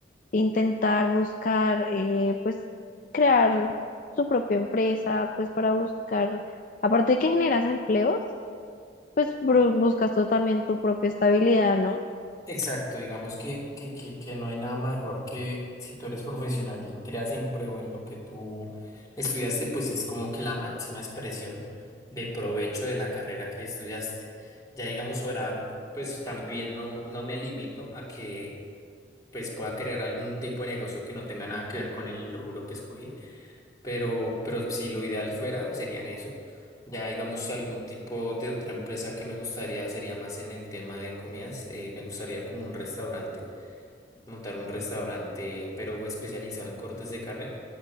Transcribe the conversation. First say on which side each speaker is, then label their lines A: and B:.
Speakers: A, on the left; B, on the left.
A: intentar buscar, eh, pues crear su propia empresa, pues para buscar, aparte de que generas empleos, pues bru- buscas tú también tu propia estabilidad, ¿no?
B: Exacto, digamos que, que, que, que no hay nada mejor que si tú eres profesional y creas empleo en lo que tú estudiaste, pues es como que la máxima expresión de provecho de la carrera que estudiaste. Ya digamos, soberano, pues también no, no me limito a que pues pueda crear algún tipo de negocio que no tenga nada que ver con el rubro que escogí, pero, pero si lo ideal fuera, serían eso. Ya digamos, si algún tipo de otra empresa que me gustaría sería más en el tema de comidas, eh, me gustaría como un restaurante, montar un restaurante, pero especializado en cortes de carne